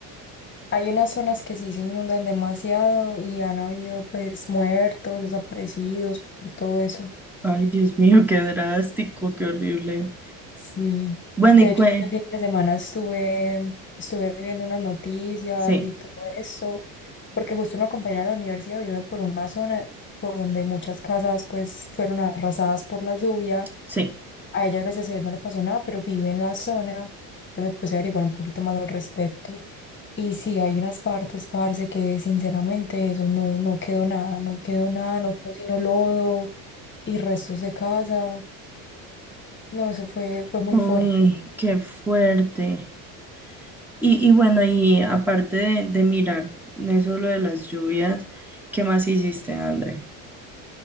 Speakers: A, on the left; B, in the centre.
A: Hay unas zonas que sí se inundan demasiado y han habido pues muertos, desaparecidos, por todo eso.
B: Ay, Dios mío, qué drástico, qué horrible.
A: Sí.
B: Bueno,
A: De
B: y
A: hecho,
B: qué,
A: este fin de semana estuve, estuve viendo unas noticias
B: sí,
A: y todo eso, porque justo una compañera de la universidad vive por una zona por donde muchas casas pues fueron arrasadas por la lluvia.
B: sí.
A: A ella, gracias a Dios, no le pasó nada, pero vive en la zona. Entonces me puse a averiguar un poquito más al respecto. Y sí, hay unas partes, parce, que sinceramente eso no, no quedó nada, no quedó nada, no quedó sino lodo y restos de casa. No, eso fue, fue muy
B: Uy,
A: fuerte.
B: qué fuerte. Y, y bueno, y aparte de, de mirar eso lo de las lluvias, ¿qué más hiciste, André?